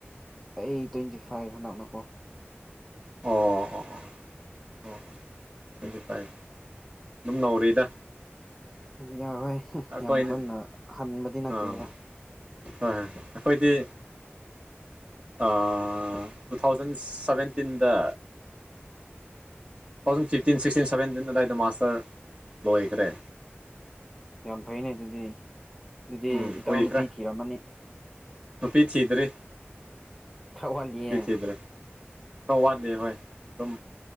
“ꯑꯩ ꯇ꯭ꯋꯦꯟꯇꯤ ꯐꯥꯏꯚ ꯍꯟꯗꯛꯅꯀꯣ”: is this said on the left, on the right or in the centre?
Centre